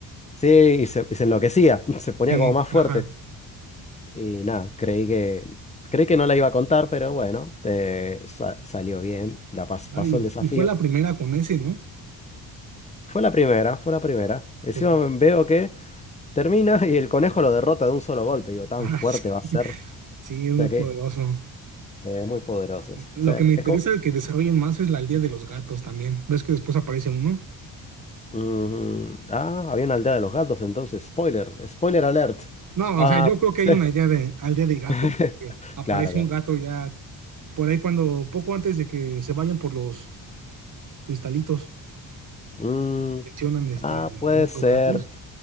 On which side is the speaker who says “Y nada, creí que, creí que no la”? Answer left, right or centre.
Left